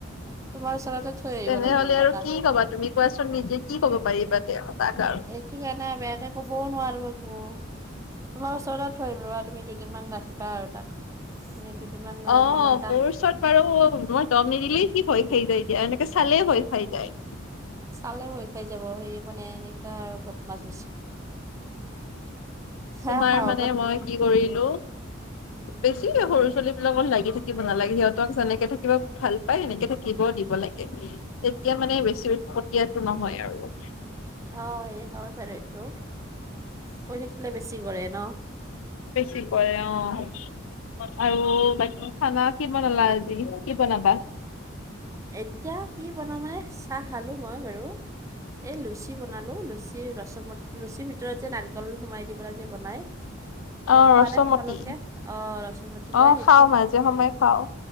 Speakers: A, on the right (about 15°); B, on the left (about 85°).
A: তোমাৰ ওচৰতে থৈ আহিব
B: তেনেহ'লে
A: লাগিব ৰ'বা
B: আৰু
A: তাক।
B: কি ক'বা তুমি কোৱাচোন, নিজে কি ক'ব পাৰিবা তেওঁ তাক আৰু।
A: ঠিক সেনা বেয়াকে ক'বও নোৱাৰো একো। তোমাৰ ওচৰত থৈ আহিম ৰ'বা তুমি দুদিনমান ৰাখিবা আৰু তাক। তুমি দুদিনমান
B: অ',
A: অলপমান তাক
B: মোৰ ওচৰত বাৰু মই দম নিদিলেই সি ভয় খাই যায় দিয়া এনেকে চালে ভয় খাই যায়।
A: চালে ভয় খাই যাব সি মানে এনেকা আৰু বদমাছ হৈছে। হা
B: তোমাৰ
A: হাও
B: মানে মই কি কৰিলোঁ।
A: উম।
B: বেছি সৰু ছোৱালী বিলাকত লাগি থাকিব নালাগে, সিহঁতক যেনেকে থাকিব ভাল পায় সেনেকে থাকিব দিব লাগে। তেতিয়া মানে, বেছি উৎপতিয়াটো নহয় আৰু।
A: অ', এই হয় বাৰু এইটো। কই থাকিলে, বেছি কৰে ন'?
B: বেছি কৰে অ'। আৰু বাকী খানা কি বনালা আজি কি বনাবা?
A: এতিয়া কি বনাওঁ মানে চাহ খালোঁ মই বাৰু। এই লুচি বনালোঁ, লুচি ৰচ মট লুচিৰ ভিতৰত যে নাৰিকল সোমাই দি পেলাই যে বনায়।
B: অ
A: সে খোৱা
B: ৰচমতি
A: নাই তোমালোকে অ', ৰচমতি কয়
B: অ
A: সেইটো।
B: খাও মাজে সময়ে খাও।